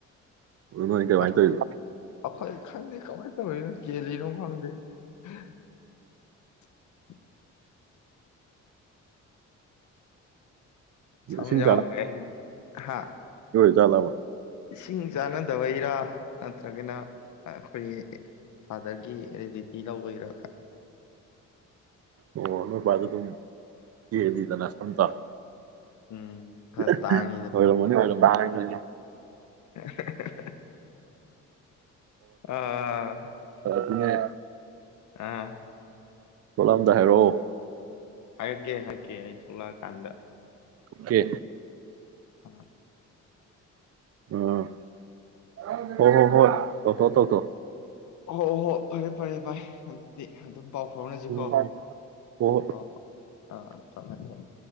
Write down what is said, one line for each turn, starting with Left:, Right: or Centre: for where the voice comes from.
Right: ꯑꯗꯨ ꯅꯣꯏ ꯀꯃꯥꯏꯅ
Left: ꯑꯩꯈꯣꯏ
Right: ꯇꯧꯔꯤꯕ
Left: ꯑꯩꯈꯣꯏ ꯈꯪꯗꯦ ꯀꯃꯥꯏꯅ ꯇꯧꯔꯤꯅꯣ ꯀꯦꯜꯂꯤꯅꯣ ꯈꯪꯗꯦ <unintelligible> ꯁꯝꯍꯥꯎꯗ꯭ꯔꯦ
Right: ꯏꯁꯤꯡ ꯆꯥ
Left: ꯍꯥꯥ
Right: ꯖꯂꯕ
Left: ꯏꯁꯤꯡ ꯆꯥꯟꯅꯗꯕꯩꯔ ꯅꯠꯇ꯭ꯔꯒꯅ ꯑꯈꯣꯏꯒꯤ ꯐꯥꯗꯔꯒꯤ ꯔꯦꯗꯤꯇꯤ ꯂꯧꯕꯩꯔꯥ
Right: ꯑꯣ ꯅꫭꯏꯄꯥꯖꯨ ꯑꯗꯨꯝ ꯀꯦꯜꯂꯤꯗꯅ ꯁꯝꯗꫭ
Left: ꯎꯝ ꯈꯔ
Right: <unintelligible>
Left: ꯇꯥꯡꯉꯤꯗꯅ
Right: ꯑꯣꯏꯔꯝ ꯃꯅꯤ ꯑꯣꯏꯔꯝ ꯃꯅꯤ
Left: <unintelligible> ꯑꯥ
Right: ꯑ
Left: ꯑꯥ
Right: ꯊꫭꯛꯂꯝꯗꯥꯏ ꯍꯥꯏꯔꯛꯑꫭ
Left: ꯍꯥꯏꯔꯛꯀꯦ ꯍꯥꯏꯛꯀꯦ ꯑꯩ ꯊꯣꯛꯂꯛꯑꯀꯥꯟꯗ
Right: ꯀꯦ
Left: ꯑ
Right: ꯎꯝ ꯍꯣ ꯍꯣ ꯍꯣ ꯇꯧꯊꯣꯛꯑꫭ ꯇꯧꯊꫭꯛꯑꫭ
Left: ꯍꯣ ꯍꯣ ꯐꯔꯦ ꯐꯔꯦ ꯚꯥꯏ ꯑꯗꯨꯗꯤ ꯑꯗꯨꯝ ꯄꯥꯎ ꯐꯥꯎꯅꯁꯤꯀꯣ
Right: ꯎꯝ ꯎꯝ
Left: <unintelligible>
Right: ꯍꯣꯏ ꯍꯣꯏ
Left: ꯑ ꯊꯝꯃꯦ ꯊꯝꯃꯦ